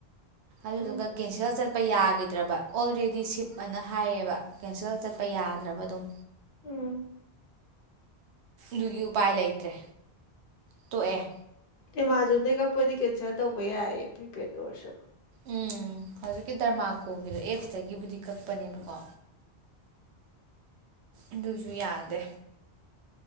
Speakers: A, on the right; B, on the left.
A: ꯑꯗꯨꯗꯨꯒ
B: ꯎꯝ
A: ꯀꯦꯟꯁꯦꯜ ꯆꯠꯄ ꯌꯥꯒꯤꯗ꯭ꯔꯕ ꯑꯣꯜꯔꯦꯗꯤ ꯁꯤꯞ ꯑꯅ ꯍꯥꯏꯌꯦꯕ ꯀꯦꯟꯁꯦꯜ ꯆꯠꯄ ꯌꯥꯗ꯭ꯔꯕ ꯑꯗꯨꯝ
B: ꯎꯝ
A: ꯗꯨꯒꯤ ꯎꯄꯥꯏ ꯂꯩꯇ꯭ꯔꯦ ꯇꯣꯛꯑꯦ
B: ꯑꯦꯃꯥꯖꯣꯟꯗꯩ ꯀꯛꯄꯗꯤ ꯀꯦꯟꯁꯦꯜ ꯇꯧꯕ ꯌꯥꯏꯌꯦ ꯄ꯭ꯔꯤꯄꯦꯗ ꯑꯣꯏꯔꯁꯨ
A: ꯎꯝ ꯍꯧꯖꯤꯛꯀꯤ ꯗꯔꯃꯥꯀꯣꯒꯤꯗꯣ ꯑꯦꯞꯁꯇꯒꯤꯕꯨꯗꯤ ꯀꯛꯄꯅꯦꯕ ꯑꯗꯨꯁꯨ ꯌꯥꯗꯦ